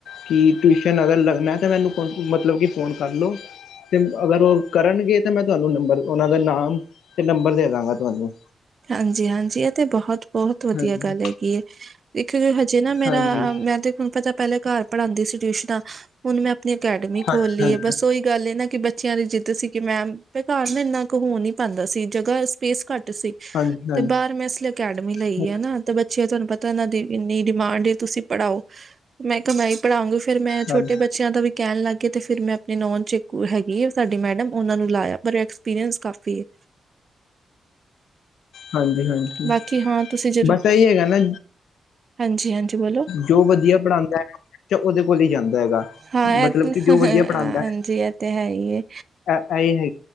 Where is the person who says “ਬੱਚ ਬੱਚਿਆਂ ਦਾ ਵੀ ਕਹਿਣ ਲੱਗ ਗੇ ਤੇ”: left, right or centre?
Right